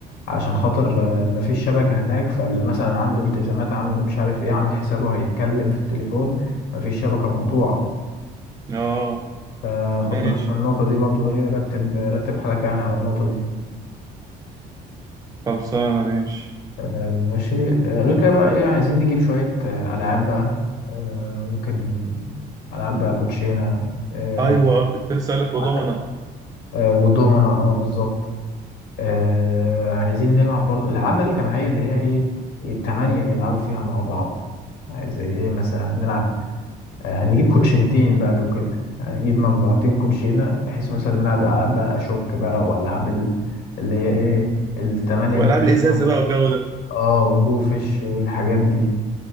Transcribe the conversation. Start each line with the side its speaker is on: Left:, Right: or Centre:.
Left: عشان خاطر آه، مفيش شبكة هناك فاللي مثلا عنده التزامات عنده مش عارف ايه عامل حسابه هيتكلم في التليفون مفيش شبكة مقطوعة
Right: اه
Left: فخد
Right: ماشي
Left: بالك من النقطة دي برضو ايه رتب رتب حالك يعني على النقطة دي
Right: خلصانه ماشي
Left: آه، ماشي آه، غير كده بقى ايه عايزين نجيب شوية آه، ألعاب بقى آه، ممكن ألعاب بقى كوتشينة آه،
Right: ايوه آه، كنت لسه اقول لك وضمنه
Left: عندك آه، ودومنا اه بالظبط آه، عايزين نلعب برضو الألعاب بقى الجماعية اللي هي ايه التمانية يلعبوا فيها مع بعض آه، زي ايه مثلا نلعب آه، نجيب كوتشنتين
Right: ايه
Left: بقى لو كده يعني نجيب مجموعتين كوتشينة بحيث مثلا نلعب ألعاب بقى أشوك بقى وألعاب ال- اللي هي إيه التمانية
Right: والعاب
Left: ممكن
Right: الازازه
Left: نلعب
Right: بقى والجو ده
Left: اه وجو فيش والحاجات دي